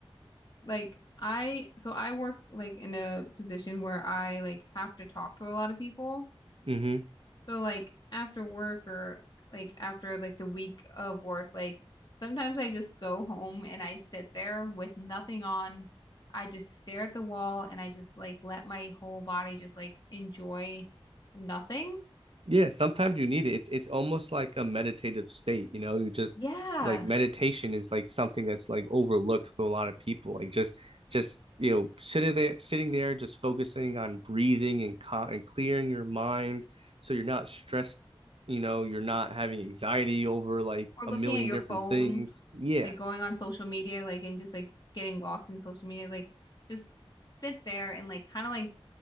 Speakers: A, on the left; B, on the right.
A: Like I, so I work like in a position where I like have to talk to a lot of people,
B: Mm-hmm.
A: So like after work or like after like the week of work, like sometimes I just go home and I sit there with nothing on. I just stare at the wall and I just like let my whole body just like enjoy nothing.
B: Yeah, sometimes you need it. It's it's almost like a meditative state, you know. You just
A: Yeah.
B: like meditation is like something that's like overlooked for a lot of people. Like just just you know sitting there sitting there just focusing on breathing and co and clearing your mind so you're not stressed, you know, you're not having anxiety over like
A: Or looking
B: a million
A: at your
B: different
A: phone,
B: things. Yeah.
A: like going on social media, like and just like getting lost in social media, like just sit there and like kind of like